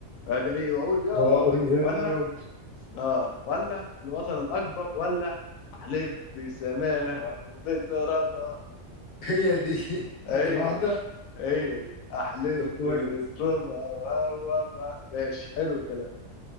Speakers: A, on the left; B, on the left.
A: ادعي واقول يا
B: اه
A: رب
B: قول لي يا
A: ولا
B: رب
A: اه ولا الوطن الاكبر ولا احلف بسماها وبترابها
B: هي دي <laughs>
A: هي
B: اخر واحده
A: دي هي دي احلف
B: طب كويس
A: بترابها وهو ماشي حلو الكلام